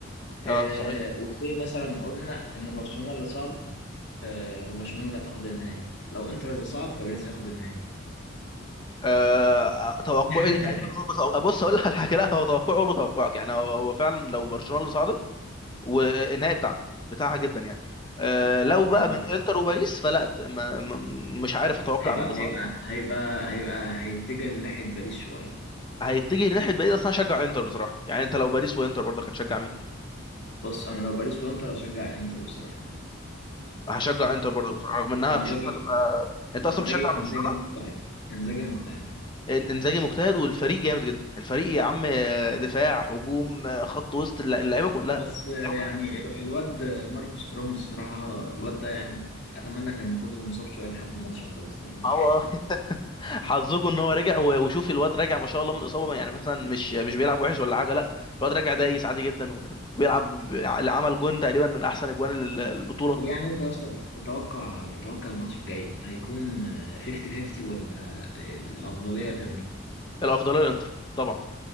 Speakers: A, on the left; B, on the left.
A: آه
B: اه صحيح
A: وزي مثلا قلنا ان برشلونة اللي صعدت آه فبرشلونة اللي هتاخد النهائي لو انتر اللي صعد فباريس هياخد النهائي
B: أه توقعي
A: <laughs>
B: تقريبا قرب توق- بص اقول لك على حاجه <laughs> لا هو توقعي قرب توقعك يعني هو هو فعلا لو برشلونه اللي صعدت والنهائي بتاعها بتاعها جدا يعني أه لو بقى
A: مم.
B: من انتر وباريس فلا ت- ما ما- مش عارف اتوقع
A: هيبقى
B: مين بصراحه
A: هيبقى هيبقى هيبقى هيتجه لناحية باريس شوية
B: هيتجه لناحيه بعيد اصلا هشجع انتر بصراحه يعني انت لو باريس وانتر برضك هتشجع مين
A: بص انا لو باريس وانتر هشجع انتر بصراحة
B: هشجع انتر برضك بصراحه رغم انها
A: انزاجي
B: هشوفها تبقى انت اصلا
A: انزاجي
B: بتشجع برشلونه
A: انزاجي مجتهد انزاجي مجتهد
B: إن- انزاجي مجتهد والفريق جامد جدا الفريق يا عم دفاع هجوم خط وسط الل- اللعيبه كلها
A: بس آه،
B: اللعيبه
A: يعني
B: كلها حديثه
A: ال- الواد ماركوس تورام بصراحة الواد ده يعني أتمنى كان فضل مصاب شوية لحد الماتش ما خلص يعني
B: ما هو اه <laughs> حظكم ان هو رجع و- وشوف الواد راجع ما شاء الله من اصابه يعني مثلا مش مش بيلعب وحش ولا حاجه لا الواد راجع دايس عادي جدا و- وبيلعب عمل جون تقريبا من احسن اجوان ال- البطوله
A: طب يعني انت يا اسطى تتوقع تتوقع الماتش الجاي هيكون آه، 50-50 ولا آه، الافضليه للانتر
B: الافضليه للانتر طبعا